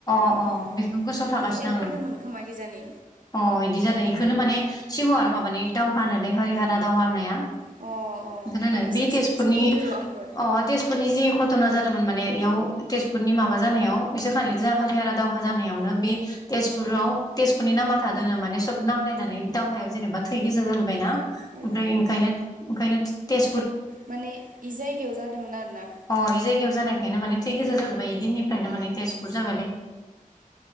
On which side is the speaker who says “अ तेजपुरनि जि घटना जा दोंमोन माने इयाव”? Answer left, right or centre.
Left